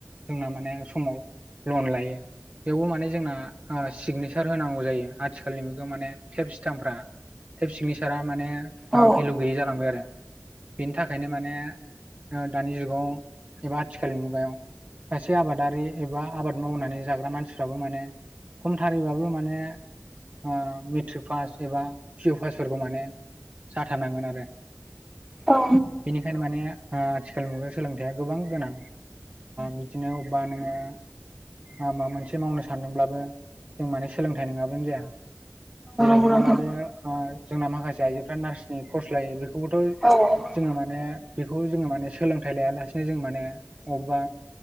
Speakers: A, on the right; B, in the centre.
A: जोंना माने समाव लन लायो बेवबो माने जोंना सिगनेसार हासार होनांगौ जायो आथिखालनि मुगायाव माने टेप सिटथामफ्रा टेप सिगनेसारा माने ओ
B: औ
A: फेलु गैयि जालांबाय आरो बेनि थाखायनो माने दानि जुगाव एबा आथिखालनि मुगायाव सासे आबादारि एबा आबाद मावनानै जाग्रा मानसिफ्राबो माने खमथारैबाबो माने ओ मेट्रिक पास एबा पि इउ पासफोरखौ माने जाथारनांगोन आरो
B: औ।
A: ओंखायनो माने ओ आथिखाल मुगायाव सोलोंथायाइया गोबां गोनां बिदिनो अबेबा नोङो माबा मोनसे मावनो सानदोंब्लाबो जों माने सोलोंथाइ नङाब्लानो जाया। जेरै
B: नंगौ
A: हमना
B: नोंथां
A: लादो जोंना माखासे आइजोफ्रा नार्सनि कर्स लायो बेखौ खौबोथ'
B: औ औ
A: जोङो माने बेखौ जोङो माने सोलोंथाइ लाया लासेनो जोंङो माने बबेबा